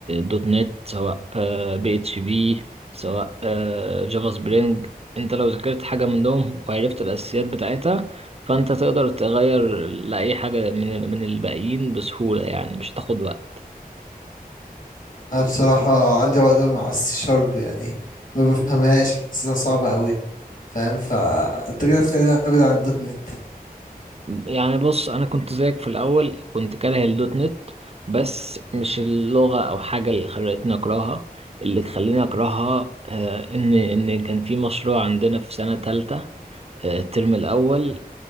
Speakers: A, on the right; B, on the left.
A: دوت نت سواء آه، بي اتش بي سواء آه، جافا سبرينج انت لو ذاكرت حاجه منهم وعرفت الاساسيات بتاعتها فانت تقدر تغير لاي حاجه من من الباقيين بسهوله يعني مش هتاخد وقت
B: انا بصراحة عندي عقدة مع السي شارب يعني ما بفهمهاش حاسسها صعبة قوي فاهم فانت كده تخليني ابعد عن الدوت نت
A: يعني بص انا كنت زيك في الاول كنت كاره الدوت نت بس مش اللغه او حاجه اللي خلتني اكرهها اللي خلاني اكرهها آه، ان ان كان في مشروع عندنا في سنه تالتة آه، الترم الأول